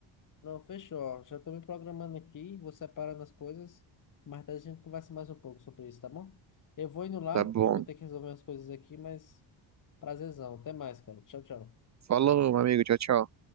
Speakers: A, on the left (about 40°); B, on the right (about 40°).
A: Não, fechou. ó. Já tô me programando aqui, vou separando as coisas, mas daí a gente conversa mais um pouco sobre isso, tá bom? Eu vou indo lá,
B: Tá bom.
A: que eu vou ter que resolver as coisas aqui, mas prazerzão. Até mais, cara. Tchau, tchau.
B: Falou, meu amigo. Tchau, tchau.